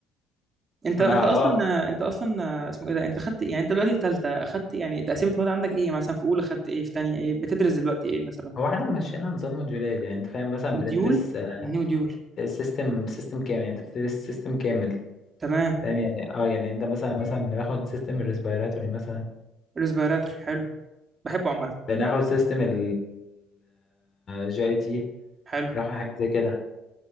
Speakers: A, on the right (about 35°); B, on the left (about 45°).
A: انت
B: ما
A: انت اصلا
B: اه
A: انت اصلا اسمه ايه ده انت خدت يعني انت دلوقتي في ثالثه اخدت يعني تقسيمه المواد عندك ايه يعني مثلا في اولى خدت ايه في ثانيه ايه بتدرس دلوقتي ايه مثلا
B: هو احنا مشينا نظام موديولات يعني انت فاهم مثلا
A: مديول
B: بندرس
A: يعني مديول
B: سيستم سيستم كامل يعني انت بتدرس سيستم كامل
A: تمام
B: فاهم يعني اه يعني انت مثلا مثلا بناخد سيستم الريسبيراتوري مثلا
A: ريسبيراتور حلو بحبه عامه
B: بناخد سيستم ال جي اي تي
A: حلو
B: بناخد حاجة زي كده